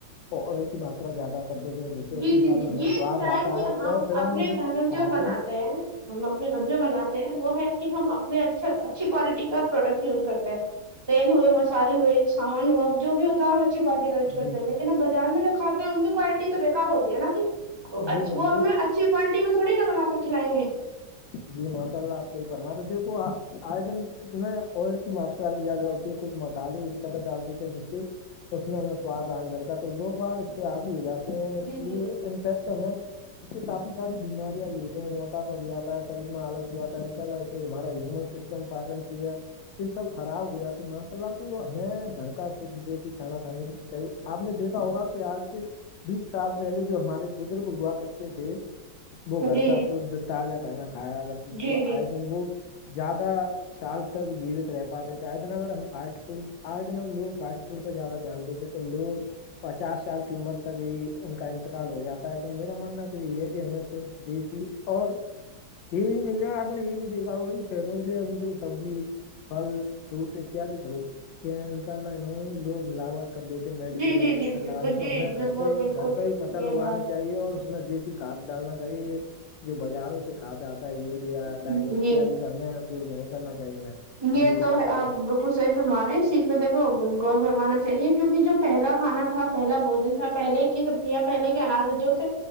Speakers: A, on the left; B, on the right.
A: کیا زیادہ کر دیتے ہیں جس سے
B: جی
A: انشاء
B: جی
A: اللہ
B: جی
A: ہمیں
B: یہ
A: سواد
B: کیا
A: آتا
B: کہ
A: ہے اور پھر
B: اپنے
A: ہم اسے
B: گھر
A: کھاتے
B: جو بناتے
A: ہیں
B: ہم اپنے گھر جو بناتے ہیں وہ ہے کہ ہم اپنے اچھا اچھی کوالٹی کا پروڈکٹ یوز کرتے ہیں تیل ہوئے مسالے ہوئے سامان ہوا جو بھی ہو تو ہم اچھی کوالٹی کا یز کرتے
A: جی
B: ہیں لن اب بار میں جو کاتے ہیں ان کی کوالٹی تو تو بےیکار ہوتی ہے نا کہ
A: جی میم
B: وہ
A: دیک
B: ہمیں اچھی کوالٹی میں تھوڑی نا بنا کر کھلائیں گے
A: جی ماشاء اللہ آپ کو ہی فرما رہے دیکو آئے دن اس میں آئل کی ماترا بھی زیادہ ہوتی ہے کچھ مسالحے اس قدر ڈال دیتے ہیں جس سے اس میں ہمیں سواد آنے لگتا ہے تو لوگ بار اس کے آبی ہو جاتے ہیں اس
B: جی
A: لیے
B: جی جی
A: انفیکٹ ہمیں اس سے کافی ساری بیماریاں بھی ہوتی ہیں موٹاپا بھی آتا ہے شریر میں آلس بھی آتا ہے ما ہن سسٹم پچن کریا یہ سب خراب ہو جاتی مساللہ تو ہمیں گھر کا شھ دیسی کھانا کھانے آپ نے دیکھا ہوگا کہ آج بیس سال پہلے جو ہمارے بزرگ ہوا کرتے تھے وہ گھر
B: جی
A: کا شھ تازہ کھانا کھایا کرتے تھے
B: جی
A: تو
B: جی جی
A: آئے دن وہ زیادہ سال تک جیوت رہ پاتے تھے آئے دن اگر ہم فاسٹ فوڈ آئے دن ہم لوگ فاسٹ فوڈ پہ زیادہ دھیان دیتے تو تو لوگ پچاس سال کی عمر تک ہی ان کا انتقال ہو جاتا ہے تو میرا ماننا تو یہ ہے کہ ہمیں شھ دیسی اور یہ نہیں ہے آپ نے یہ بھی دیکھا ہوگا فلوں سے ہم جو سبزی فل فروٹ اتیاد خریدتے ان شاء اللہ لوگ ملاوٹ کر دیتے میڈیسن
B: جی جی
A: انجیکشن
B: جی جی
A: لگا
B: بالکل جی جی جی جی جی جی جی جی بالکل
A: لیں
B: جی
A: تو ہمیں
B: بالکل
A: گھر پہ
B: بالکل
A: گھر پہ ہی فصل
B: یہ
A: اگوانی
B: بات
A: چاہیے اور اس میں دیس کھاد ڈالنا چاہیے جو بازاروں سے کھاد آتا ہے یوریا
B: جی
A: ڈائی اتیاد ہمیں اپیوگ نہیں کرنا چاہیے میم
B: یہ
A: جی کچھ
B: تو
A: آپ فرما
B: کچھ صرف ہمارے س د کو غور فمانا چاہیے کیک جو پہلا کھا تھا پہلا بوجن تھا پہلے یہ سب پہلے کے انج جو تھے